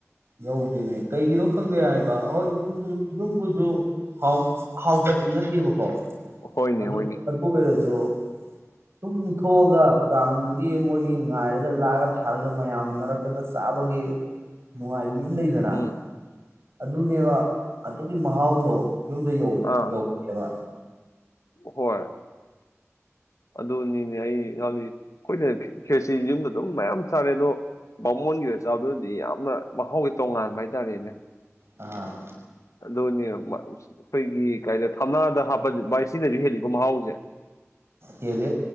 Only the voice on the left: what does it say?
ꯍꯣꯏꯅꯦ
ꯍꯣꯏꯅꯦ
ꯎꯝ
ꯑꯥ
ꯍꯣꯏ ꯑꯗꯨꯅꯤꯅꯦ ꯑꯩ ꯉꯥꯜꯂꯤ ꯑꯩꯈꯣꯏꯅ ꯈꯦꯁꯤ ꯌꯨꯝꯗ ꯑꯗꯨꯝ ꯃꯌꯥꯝ ꯆꯥꯔꯦ ꯑꯗꯣ ꯕꯥꯃꯣꯟꯒꯤꯔ ꯆꯥꯕꯗꯗꯤ ꯌꯥꯝꯅ ꯃꯍꯥꯎꯒꯤ ꯇꯣꯉꯥꯟꯕ ꯍꯥꯏꯇꯥꯥꯔꯦꯅꯦ
ꯑꯗꯨꯅꯦ ꯑꯩꯈꯣꯏꯒꯤ ꯀꯥꯏꯗ ꯊꯝꯅꯥꯗ ꯍꯥꯞꯄ ꯕꯥꯥꯏ ꯁꯤꯅꯁꯨ ꯍꯦꯜꯂꯤꯀꯣ ꯃꯍꯥꯎꯁꯦ